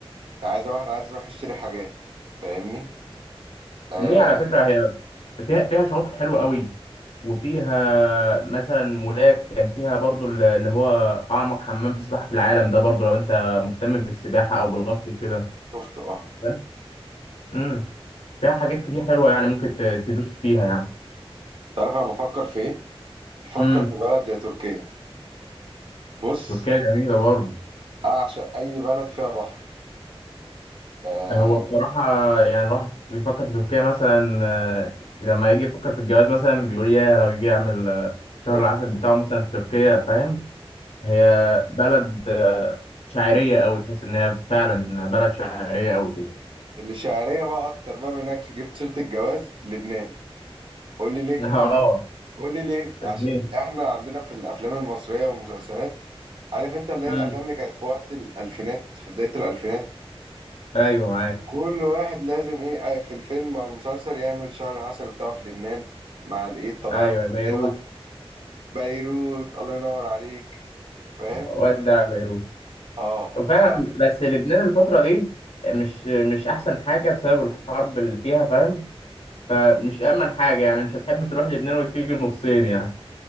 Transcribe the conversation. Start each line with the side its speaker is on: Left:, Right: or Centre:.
Right: عايزه واحد عايز يروح يشتري حاجات فاهمني؟ آه
Left: ليه على فكرة هي فيها فيها شواطئ حلوة قوي وفيها مثلا مولاك كان فيها برضو ال- اللي هو أعمق حمام سباحة في العالم ده برضو لو أنت مهتم بالسباحة أو بالغطس وكده
Right: شفت اه
Left: فاهم؟ امم فيها حاجات كتير حلوة يعني ممكن ت- تدوس فيها يعني
Right: تعرف انا بفكر في ايه بفكر
Left: امم
Right: في بلد زي تركيا بص
Left: تركيا جميلة برضو
Right: اعشق اي بلد فيها بحر آه
Left: هو بصراحة يعني الواحد بيفكر في تركيا مثلا آه، لما يجي يفكر في الجواز مثلا بيقول يا لو يجي يعمل آه، شهر
Right: <laughs>
Left: العسل بتاعه مثلا في تركيا فاهم هي بلد آه، شاعرية أوي تحس إن هي فعلا إنها بلد شاعرية أوي كده
Right: اللي شعريه بقى اكتر بقى منك جبت سيره الجواز لبنان قول لي
Left: <laughs>
Right: ليه
Left: اه
Right: قول لي ليه
Left: ليه؟
Right: عشان احنا عندنا في الافلام المصريه والمسلسلات عارف انت اللي
Left: امم
Right: هي الافلام اللي كانت في وقت الالفينات في بدايه الالفينات
Left: أيوه معايا
Right: كل واحد لازم ايه آه، في الفيلم او المسلسل يعمل شهر العسل بتاعه في لبنان مع الايه الطبيعه
Left: أيوه بيروت
Right: الخلابه بيروت الله ينور عليك فاهم
Left: ودع بيروت
Right: اه
Left: وفعلا
Right: ف
Left: بس لبنان الفترة دي مش مش أحسن حاجة بسبب الحرب اللي فيها فاهم فمش أأمن حاجة يعني مش هتحب تروح لبنان وتيجي نصين يعني